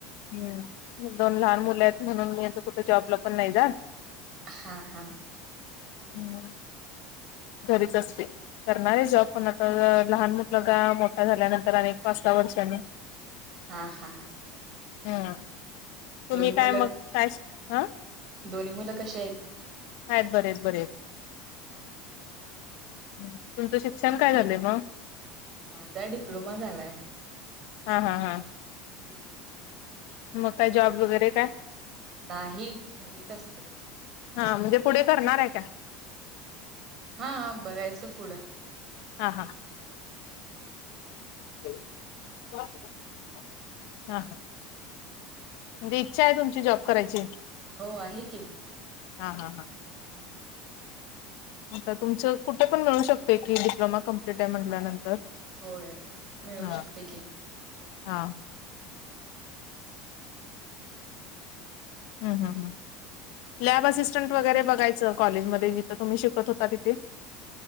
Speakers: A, on the left; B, on the right.
A: हम्म... दोन लहान मुलं ए... म्हणून मी कुठं जॉबला पण नाही जात.
B: हां हां.
A: नी मग घरीच असते. करणार आहे जॉब... पण आता, लहान म्हटलं... मुलगा.. मोठा झाल्यानंतर... आणी एक पाच सा वर्षांनी
B: हा हा.
A: ह्म्म्म... तुम्ही
B: दोन्ही
A: काय
B: मुलं
A: मग... काय... स... हा?
B: दोन्ही मुलं कशे हेत?
A: हायेत... बरे हेत... बरे हेत.
B: अं... हा.
A: तुमचं शिक्षण काय झालंय मग?
B: माझा डिप्लोमा झालाय!
A: हा हा हा.
B: हम्म.
A: मग काय... जॉब वगैरे काय?
B: नाही... घरीच असते.
A: हा... म्हणजे पुढे करणार ए का?
B: हा... बघायचं फुडं
A: हा हां.
B: <inaudible>
A: <unintelligible> हा. म्हणजे... इच्छा आहे तुमची जॉब करायची?
B: हो... आहे की.
A: हा हा हा.
B: हम्म.
A: आता तुमचं.... कुठं पण मिळू शकतय की... डिप्लोमा कंमप्लीट ए म्हटल्यानंतर
B: होय... मिळू
A: हा
B: शकतं की.
A: हा.
B: हा <inaudible>
A: ह् ह् ह लॅब असिस्टंट
B: मग
A: वगैरे बघायचं कॉलेजमध्ये जिथं तुम्ही शिकत होता, तिथे